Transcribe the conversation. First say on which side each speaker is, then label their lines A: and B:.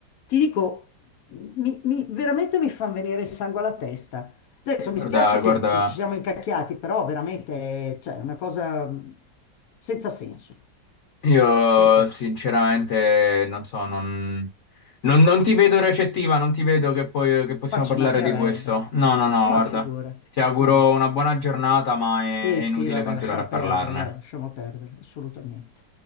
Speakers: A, on the left; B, on the left.
A: ti dico, mi- mi- veramente mi fanno venire il sangue alla testa. Adesso
B: Guarda,
A: mi spiace
B: guarda.
A: che, che ci siamo incacchiati, però veramente, cioè, è una cosa senza senso,
B: Io
A: senza senso.
B: sinceramente non so, non, non- non ti vedo recettiva, non ti vedo che, poi, che possiamo
A: Ma ci
B: parlare
A: mancherebbe,
B: di questo. No, no, no,
A: ma
B: guarda,
A: figurati.
B: ti auguro
A: Ma...
B: una buona giornata, ma è,
A: Sì,
B: è inutile
A: sì, vabbè,
B: continuare
A: lasciamo
B: a parlarne.
A: perdere, guarda, lasciamo perdere, assolutamente.